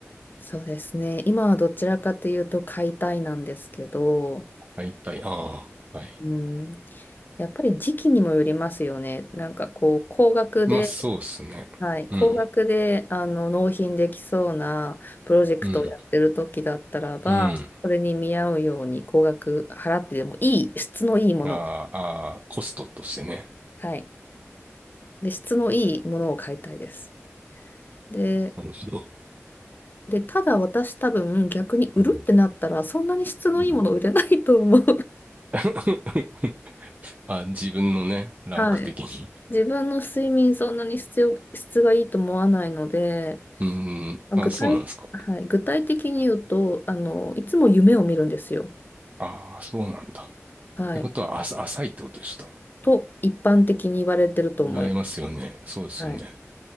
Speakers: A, on the left; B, on the right.
A: そうですね。今はどちらかというと買いたいなんですけど、
B: 買いたい。ああ、はい。
A: うん、やっぱり時期にもよりますよね。なんかこう、高額で、
B: まあそうですね。
A: はい、
B: うん、
A: 高額であの納品できそうなプロジェクトをやってる時だったらば、
B: うん、うん。
A: それに見合うように高額払ってでもいい、質のいいもの、
B: ああ、ああ、コストとしてね。
A: はい。で、質のいいものを買いたいです。で、
B: なるほど。
A: で、ただ私多分逆に売るってなったらそんなに質のいいもの売れないと思う。
B: うん、うん。<laughs> あ、自分のね、
A: <laughs>
B: ランク的に。
A: はい。自分の睡眠そんなに質を質がいいと思わないので、
B: うん、
A: あ具体、
B: あ、そうなんですか。
A: はい、具体的に言うと、あの、いつも夢を見るんですよ。
B: ああ、そうなんだ。っ
A: はい。
B: てことは、あ、浅いってことでした。
A: と一般的に言われてると思います。
B: 言われますよね。そうですよね。
A: はい。